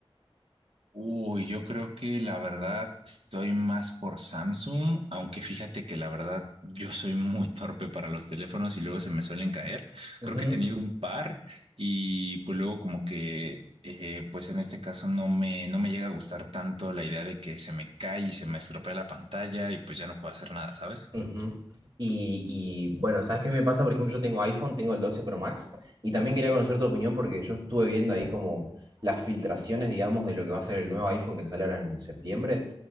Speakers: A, on the right; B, on the right.
A: Uy, yo creo que la verdad estoy más por Samsung, aunque fíjate que la verdad yo soy muy torpe para los teléfonos y luego se me suelen caer.
B: Ujú.
A: Creo que he tenido un par y pues luego como que eh, pues en este caso no me no me llega a gustar tanto la idea de que se me cae y se me estropea la pantalla y pues ya no puedo hacer nada, ¿sabes?
B: Ujú. Y, y, bueno, ¿sabes qué me pasa? Por ejemplo, yo tengo iPhone, tengo el 12 Pro Max y también quería conocer tu opinión porque yo estuve viendo ahí como las filtraciones, digamos, de lo que va a ser el nuevo iPhone que sale ahora en septiembre.